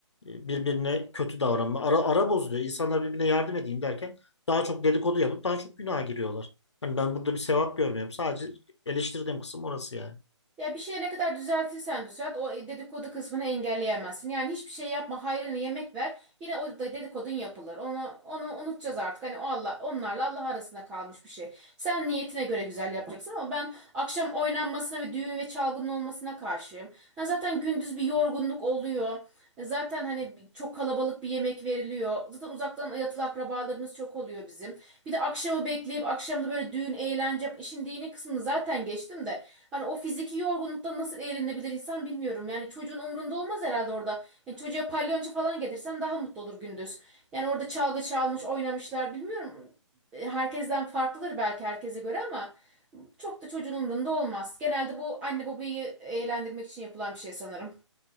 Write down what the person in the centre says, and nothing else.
Ya bir şeye ne kadar düzeltirsen düzelt o dedikodu kısmını engelleyemezsin. Yani hiçbir şey yapma hayrını yemek ver. Yine o da dedikodun yapılır. Onu onu unutacağız artık. Hani o Allah onlarla Allah arasında kalmış bir şey. Sen niyetine göre güzel yapacaksın ama ben akşam oynanmasına ve düğün ve çalgının olmasına karşıyım. Ha zaten gündüz bir yorgunluk oluyor. E Zaten hani bir- çok kalabalık bir yemek veriliyor. Zaten uzaktan yatılı akrabalarımız çok oluyor bizim. Bir de akşamı bekleyip akşamda böyle düğün, eğlence, işin dini kısmını zaten geçtim de. Hani o fiziki yorgunluktan nasıl eğlenebilir insan bilmiyorum. Yani çocuğun umrunda olmaz herhalde orada. Yani çocuğa palyonço falan getirsen daha mutlu olur gündüz. Yani orada çalgı çalmış, oynamışlar bilmiyorum. E, Herkesten farklıdır belki herkese göre ama çok da çocuğun umrunda olmaz. Genelde bu anne babayı eğlendirmek için yapılan bir şey sanırım.